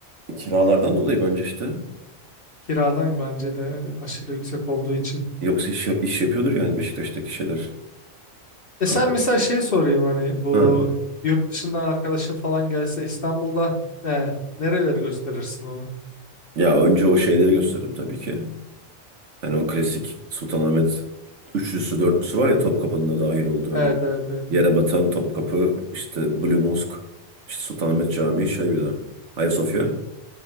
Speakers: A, on the right; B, on the left.
A: E, Kiralardan dolayı bence işte.
B: Kiradan bence de yani aşırı yüksek olduğu için.
A: Yoksa iş, iş yapıyordur yani Beşiktaş'taki şeyler,
B: E
A: kafeler.
B: sen mesela şey sorayım hani bu
A: Ha.
B: yurt dışından arkadaşın falan gelse İstanbul'da e, nereleri gösterirsin onu?
A: Ya önce o şeyleri gösterdim tabii ki. Hani o klasik Sultanahmet üçlüsü, dörtlüsü var ya Topkapı'nın da dahil olduğu
B: Evet
A: hani.
B: evet evet.
A: Yere batan Topkapı, işte Blue Mosque, işte Sultanahmet Camii, şey bir de Ayasofya.